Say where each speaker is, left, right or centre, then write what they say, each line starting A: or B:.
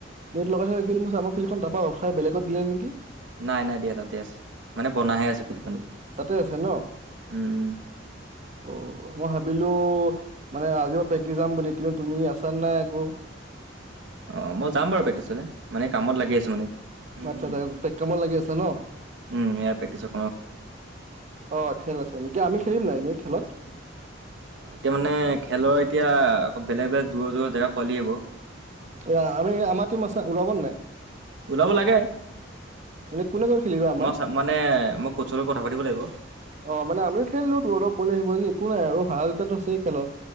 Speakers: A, on the right; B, on the right.
A: নেট লগাই থকা দেখিলোঁ। মই ফিল্ডখন তাৰ পৰা উঠাই বেলেগত দিলে নেকি?
B: নাই নাই দিয়া, তাতেই আছে। মানে বনাহে আছে
A: আচ্ছা,
B: ফিল্ডখন
A: আচ্ছা, আচ্ছা। তাতে আছে ন
B: উম উম
A: অ, মই ভাবিলোঁ। ও, মানে আজিৰ পৰা প্ৰেক্টিচ যাম বুলি, কিন্তু তুমি আচা নাই আকো?
B: অ' মই যাম বাৰু প্ৰক্টিছলে মানে কামত লাগি আছোঁ মানে। উম
A: আচ্ছা-আচ্ছা-আচ্ছা
B: উম
A: পেক কামত লাগি আছা ন?
B: উম, ইয়া প্ৰেক্টিছত
A: অ', খেল আছে নেকি আমি খেলিম নাই এনে খেলত?
B: অ', এতিয়া মানে খেলৰ এতিয়া আকৌ বেলেগ-বেলেগ দূৰৰ-দূৰৰ জেগা পোৱালি আহিব।
A: এ, আমি আমাৰ টিম আছে ওলাব নাই?
B: ওলাব লাগে
A: এনে কোনে কোনে খেলিবা আমাৰ
B: মই মানে মই কচুলগত কথা পাতিব লাগিব।
A: অ', মানে আমি খেলিলো তো অলপ পোৱালি আহিব যে একো নাই আৰু হাৰা জিতাতো আছেই খেলত